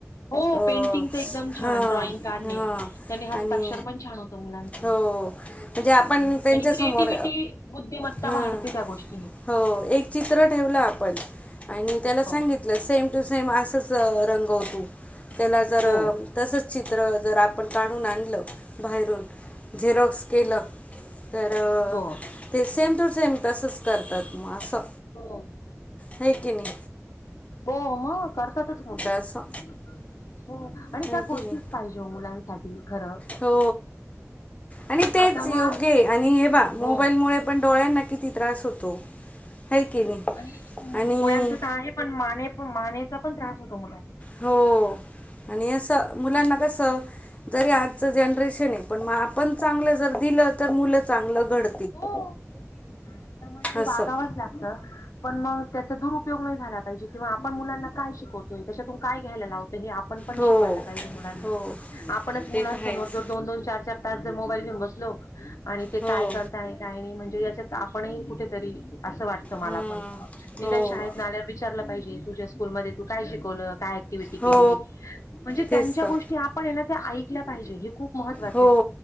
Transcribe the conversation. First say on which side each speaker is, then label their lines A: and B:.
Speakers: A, on the left; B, on the left.
A: हो
B: अ <inaudible>
A: पेंटिंगच एकदम छान
B: हा
A: ड्रॉइंग काढणे
B: हा.
A: त्याने हस्ताक्षर
B: आणि
A: पण छान होतं मुलांचं.
B: हो. म्हणजे आपण
A: हम्म.
B: त्यांच्या
A: आणि क्रिएटिव्हटी
B: समोर
A: बुद्धिमत्ता
B: ह
A: वाढते त्या गोष्टीने.
B: हो एक चित्र ठेवलं आपण. आणि त्याला सांगितलं
A: हो
B: सेम टू सेम असंच रंगव तू. त्याला जर
A: हो
B: तसचं चित्र जर आपण काढून आणलं बाहेरून झेरॉक्स केलं तर
A: हो
B: ते सेम टू सेम तसंच करतात मग असं.
A: हो.
B: हाय कि नाई?
A: हो म करतातच मुलंच
B: असं
A: हो आणि
B: हे
A: त्या
B: की
A: गोष्टी
B: नाही
A: पाहिजे वो मुलांसाठी. खरं
B: हो आणि तेच
A: आता
B: योग्य
A: मग
B: ए आणि हे बा मोबाईलमुळे
A: हो
B: पण डोळ्याना किती त्रास होतो. है की नाही
A: आणि
B: आणि
A: डोळयांचा तर आहे पण माने मानेचा पण त्रास होतो मुलांसनी.
B: हो आणि असं मुलांना कसं जरी आजचं जनरेशन ए पण मग आपण चांगलं जर दिलं तर मुलं चांगलं घड
A: हो काळा प्रमाणे
B: असं
A: वागावचं लागतं. पण मग त्याचा दुरुपयोग नाही झाला पाहिजे किंवा आपण मुलांना काय शिकवतोय त्याच्यातून काय घ्यायला लावतो हे आ आपण पण
B: हो
A: शिकवायला पाहिजे मुलांना
B: हो
A: आपणच मुलां
B: ते तर आहेच
A: समोरो दोन दोन चार चार. मोबाईल घेऊन बसलो आणि ते काय
B: हो
A: करताय काय नाही. मी म्हणजेच्यातआपण कुठेतरी असं वाटतं मला
B: हां
A: पण निदान
B: हो
A: शाळेतणं आल्यावर विचारलं पाहिजे तुझ्या स्कूल मध्ये तू काय शिकवलं काय ऍक्टिव्हिटी केली
B: हो
A: म्हणजे
B: तेच
A: त्यांच्या
B: तर
A: गोष्टी आपण ना ऐकल्या पाहिजे खूप. महत्त्वाचं
B: हो
A: आहे